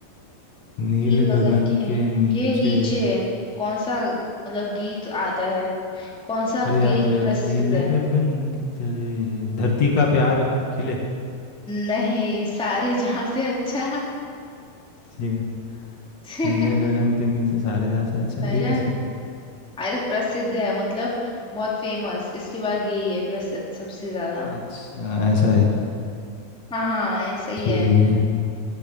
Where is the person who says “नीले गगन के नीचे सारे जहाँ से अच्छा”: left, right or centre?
Left